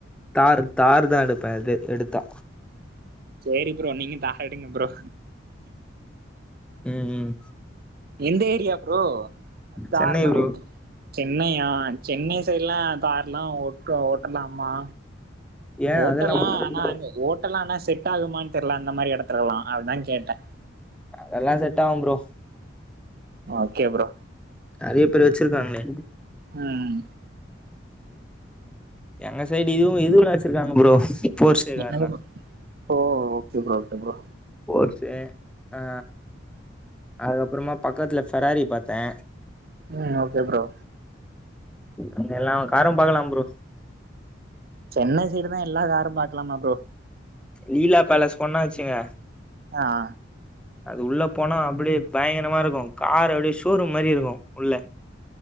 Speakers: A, in the centre; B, on the right.
A: தார் தாரு தா எடுப்பேன் இது எடுத்தா
B: சேரி ப்ரோ நீங்க தார் எடுங்க ப்ரோ
A: ம் ம்
B: எந்த ஏரியா ப்ரோ தார்
A: சென்னை
B: ல்லா
A: ப்ரோ
B: உட் சென்னையா சென்னை சைட்லா தார் ல்லா ஓட்டோ ஓட்டலாமா
A: ஏ
B: ஓட்டல்லா
A: அதெல்லா ஒன்னு இல்ல
B: ஆனா அங்க ஓட் ட்டலா ஆனா செட் ஆகுமான் தெர்ல அந்த மாரி எடத்துலல்லா அதுதா கேட்டே
A: அதெல்லா செட் ஆவும் ப்ரோ
B: ஓகே ப்ரோ
A: நெறைய பேர் வெச்சுருக்காங்களே
B: ம்
A: எங்க சைடு இதுவும் இதுவுல்லா வெச்சுருக்காங்க ப்ரோ போர்சே கார்லா
B: என்னங் ப்ரோ ஓ okay bro okay bro
A: Porsche ஆ அதுக்கப்புறமா பக்கத்துல ஃபெராரி பாத்தே
B: ம் ஓகே ப்ரோ
A: அங்க எல்லா காரும் பாக்கலாம் ப்ரோ
B: சென்னை சைடுதா எல்லா காரும் பாக்குலாமா ப்ரோ
A: லீலா பேலஸ் போண்னா வச்சுங்க
B: ஆ ஆ
A: அது உள்ள போனா அப்புடே பயங்கரமா இருக்கும் கார் அப்புடே ஷோரூம் மாரி இருக்கும் உள்ள